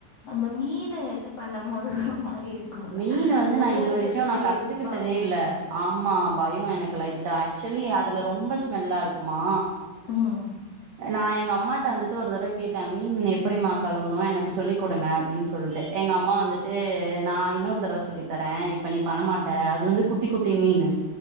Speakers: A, on the left; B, on the right.
A: அந்த மீன்னு இது பண்ணம் போது ஒரு மாரி இருக்குல்ல
B: மீன் வந்து நா
A: உள்ள
B: இது
A: இருக்கதுல்லா
B: வரைக்கு நா கத்துக்கிட்டதே
A: எடுப்பாங்க
B: இல்ல ஆமா பயோ எனக்கு லைட்டா ஆக்சுவலி அதுல ரொம்ப ஸ்மெல்லா இருக்குமா
A: ம்
B: நா எங்க அம்மாட்ட வந்துட்டு ஒரு தடவ கேட்டே மீன் எப்படிமா கழவுனு எனக்கு சொல்லி குடுங்க அப்டின் சொ ல்ட்டு எங்க அம்மா வந்துட்டு நா இன்னொரு தடவ சொல்லி தரே இப்ப நீ பண்ண மாட்ட அது வந்து குட்டி குட்டி மீனு